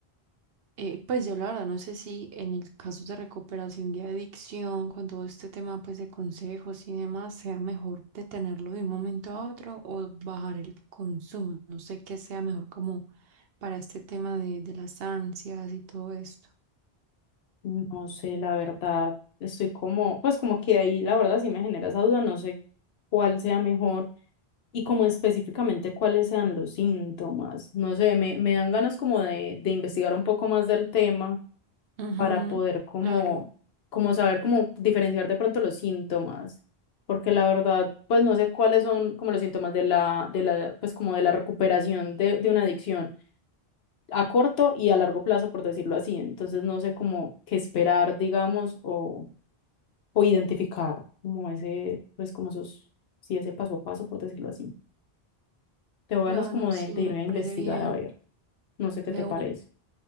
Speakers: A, on the right; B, on the left.
A: eh, pues yo la verdad no sé si en el caso de recuperación de adicción, con todo este tema pues de consejos y demás, sea mejor detenerlo de un momento a otro o bajar el consumo. No sé qué sea mejor como para este tema de, de las ansias y todo esto.
B: no sé, la verdad, estoy como, pues como que ahí la verdad sí me genera esa duda, no sé cuál sea mejor Y como específicamente cuáles sean los síntomas. No sé, me, me dan ganas como de, de investigar un poco más del tema
A: Ujú,
B: para poder como,
A: Claro,
B: como saber cómo diferenciar de pronto los síntomas. Porque la verdad, pues no sé cuáles son como los síntomas de la, de la, pues como de la recuperación de, de una adicción a corto y a largo plazo, por decirlo así. Entonces no sé cómo qué esperar, digamos, o, o identificar como ese, pues como esos, sí, ese paso a paso, por decirlo así. Tengo ganas
A: claro,
B: como
A: sí,
B: de, de irme
A: me
B: a investigar
A: parece bien.
B: a ver. No sé qué
A: De
B: te parece.
A: una.